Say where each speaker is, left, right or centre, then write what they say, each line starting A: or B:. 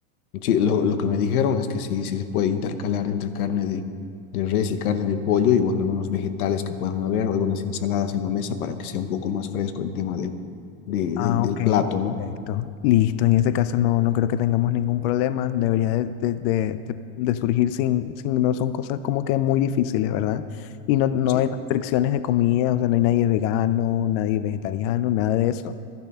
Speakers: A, on the left (about 85°); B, on the left (about 45°).
A: Sí, lo, lo que me dijeron es que sí, sí se puede intercalar entre carne de, de res y carne de pollo y bueno, algunos vegetales que puedan haber o algunas ensaladas en la mesa para que sea un poco más fresco el tema del, de-
B: Ah,
A: de- del
B: ok,
A: plato, ¿no?
B: perfecto. Listo, en este caso no, no creo que tengamos ningún problema. Debería de, de- de- de- de surgir sin, sin, no son cosas como que muy difíciles, ¿verdad? Y no, no
A: Sí.
B: hay restricciones de comida, o sea, no hay nadie vegano, nadie vegetariano, nada de eso.